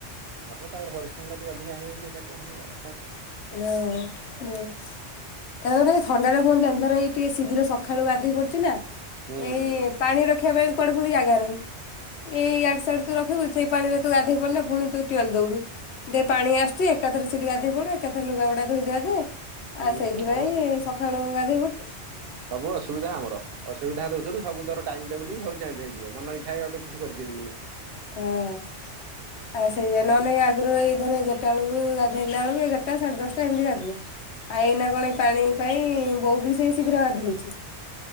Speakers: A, on the right; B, on the left.
A: ତାପରେ ତାପରେ ପରିଶ୍ରମ ଟିକେ ଅଧିକା ହେଇଯାଉଛି ଏକାଠି ହେଇଗଲା ଆଉ କଣ କରିବା?
B: ହଁ, ହୁଁ। ତାପରେ ଥଣ୍ଡାଟା କଣ <unintelligible> ଶୀଘ୍ର ସକାଳୁ ଗାଧେଇ ପଡୁଛି ନା।
A: ହୁଁ
B: ଏଇ
A: ହୁଁ।
B: ପାଣି ରଖିବାପାଇଁ କୁଆଡେ ପୁଣି ଜାଗା ନାହିଁ ଏଇ ଆଡେ ସଆଡେ ତୁ ରଖିବୁ ସେଇ ପାଣିରେ ତୁ ଗାଧେଇ ପଡିଲେ ପୁଣି ତୁ ଠେଲି ଦଉଛୁ, ଦେଇ ପାଣି ଆସୁଛି ଏକାଥରେ ସେଠି ଗାଧେଇ ପଡ଼ିବେ। କେତେ ଲୁଗା ବୁଡା ଧୋଇଦବା ଦେ
A: ହୁଁ
B: ଆଉ ସେଇଥିପାଇଁ
A: ହଁ
B: ସକାଳୁ ଗାଧୋଇପଡ଼େ।
A: ସବୁ ଅସୁବିଧା ଆମର। ଅସୁବିଧା ଦଉ ସବୁତୋର ଟାଇମ ଟେବୁଲ ସବୁ ଚେଞ୍ଜ ହେଇଯିବ ମନ ଇଛା କିଛି କରିପାରିବୁନି।
B: ହଁ ଆଉ ସେଇଆ ନହେଲେ ଆଗରୁ ଏଇ ଧର ଏଗାରଟା ବେଳକୁ, ଗାଧୋଇଲା ବେଳକୁ ଏଗାରଟା ସାଢେ ଦଶଟା ଏମିତି ଗାଧାଉ। ଏଇନା କଣ ଏ ପାଣି ପାଇଁ ବୋଉବି ସେଇ ଶୀଘ୍ର ଗାଧଉଛି।